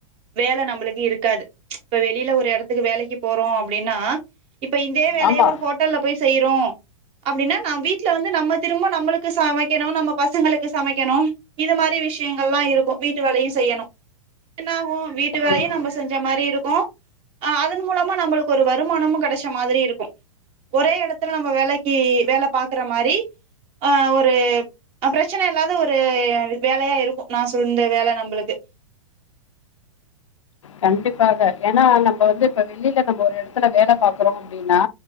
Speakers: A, on the right; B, on the left.
A: வேல நம்பளுக்கு இருக்காது இப்ப வெளியில ஒரு எடத்துக்கு வேலைக்கு போறோ அப்டின்னா இப்ப இந்தே வேலய
B: ஆமா
A: ஒரு ஹோட்டல்ல போய் செய்யிறோ அப்டின்னா நா வீட்டல வந்து நம்ம திரும்ப நம்பளுக்கு சமக்கணு நம்ம பசங்களுக்கு சமக்கணு இத மாரி விஷ்யங்கள்ளா இருக்கு வீட்டு வேலையு செய்யணு என்னாகு வீட்டு வேலையு
B: ம்
A: நம்ப செஞ்ச மாரி இருக்கு அ அதன் மூலமா நம்பளுக்கு ஒரு வருமானமு கெடைச்ச மாதிரி இருக்கு ஒரே எடத் நம்ப வேலக்கி வேல பாக்குற மாரி ஆ ஒரு அ ப்ரச்சன இல்லாத ஒரு வேலையா இருக்கு நா சொன்ன இந்த வேல நம்பளுக்கு
B: கண்டிப்பாக ஏன்னா நம்ப வந்து இப்ப வெளியில நம்ம ஒரு எடத்துல வேல பாக்குறோ அப்டின்னா